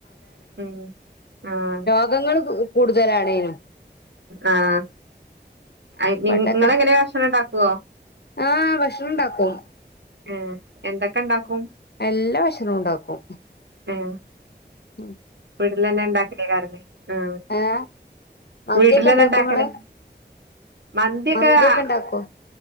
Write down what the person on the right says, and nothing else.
ഉം ആഹ്.
ആഹ് അയ്ന്
ഇങ്ങള് എങ്ങനെ ഭഷണം ഇണ്ടാക്കോ?
ഏ എന്തൊക്കെ ഇണ്ടാക്കും?
ആഹ്.
വീട്ടിലന്നെ ഇണ്ടാക്കലയ്ക്കാരംല്ലേ ആ
വീട്ടിലെന്നെ
ഇണ്ടാക്കല
മന്തിക്കെ
ആ